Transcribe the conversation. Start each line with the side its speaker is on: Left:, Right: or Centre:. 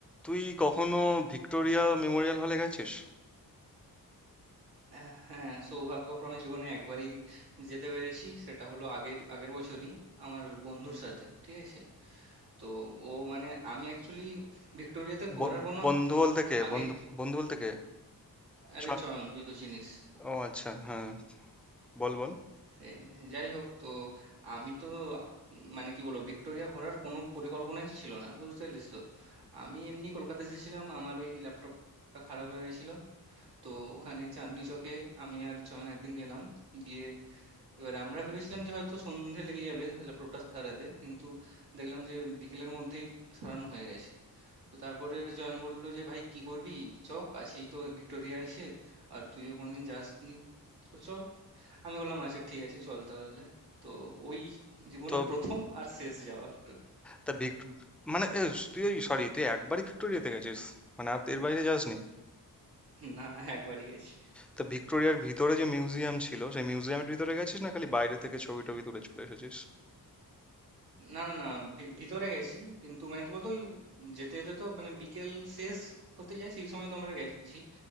Centre: তুই কখনো Victoria Memorial হলে গেছিস
Right: আহ, হ্যাঁ সৌভাগ্যক্রমে জীবনে একবারই যেতে পেরেছি সেটা হলো আগের আগের বছরই আমার বন্ধুর সাথে ঠিক আছে তো ও মানে আমি অ্যাকচুয়ালি ভিক্টোরিয়াতে ঘোরার
Centre: ব-
Right: কোনো
Centre: বন্ধু
Right: আ-
Centre: বলতে কে
Right: আগে
Centre: বন্ধু বন্ধু বলতে কে
Right: আরে
Centre: ছ-
Right: চয়ন তুই তো চিনিস
Centre: ও আচ্ছা হ্যাঁ বল বল
Right: সে যাই হোক তো আমি তো মানে কি বলবো ভিক্টোরিয়া ঘোরার কোনো পরিকল্পনাই ছিল না বুঝতে পারলিস তো আমি এমনি কলকাতা এসেছিলাম আমার ওই ল্যাপটপটা খারাপ হয়ে গেছিল তো ওখানে চাঁদনি চকে আমি আর চয়ন একদিন গেলাম গিয়ে এবার আমরা ভেবেছিলাম যে হয়তো সন্ধে লেগে যাবে ল্যাপটপটা সারাতে কিন্তু দেখলাম যে বিকেলের মধ্যেই সারানো হয়ে গেছে তো তারপরে জয়ন বলল যে ভাই কি করবি চ কাছেই তো ভিক্টোরিয়া আছে আর তুইও কোনোদিন যাসনি তো চল আমি বললাম আচ্ছা ঠিক আছে চল তাহলে তো ওই জীবনের
Centre: তো
Right: প্রথম আর শেষ যাওয়া ভিক্টোরিয়া
Centre: তা ভিক্ট মানে এ, তুই ওই সরি তুই একবারই ভিক্টোরিয়াতে গেছিস মানে আর এর বাইরে যাসনি
Right: না একবারই গেছি
Centre: তা ভিক্টোরিয়ার ভিতরে যে মিউজিয়াম ছিল সেই মিউজিয়ামের ভিতরে গেছিস না খালি বাইরে থেকে ছবি টবি তুলে চলে এসেছিস
Right: না না না ভি- ভিতরে গেছি কিন্তু মানে কি বলতো ওই যেতে যেতে তো মানে বিকেল শেষ হতে যায় সেই সময় তো আমরা গেছি